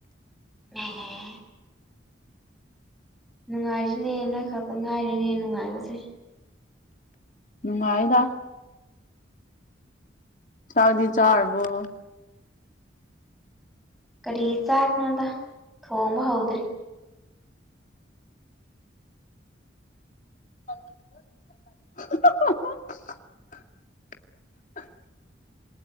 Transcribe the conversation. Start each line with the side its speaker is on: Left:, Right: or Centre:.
Centre: ꯎꯝ ꯅꯨꯡꯉꯥꯏꯖꯤꯅ‌ꯦ ꯅꯪ ꯈꯛꯇ ꯉꯥꯏꯔ‌ꯦꯅꯦ ꯅꯨꯡꯉꯥꯏꯕꯁꯦ
Left: ꯅꯨꯡꯉꯥꯏꯗ ꯆꯥꯛꯗꯇꯤ ꯆꯥꯔꯕꫭ
Centre: ꯀꯔꯤ ꯆꯥꯛꯅꯣꯗ ꯊꯣꯡꯕ ꯍꯧꯗ꯭ꯔꯤ
Left: <inaudible>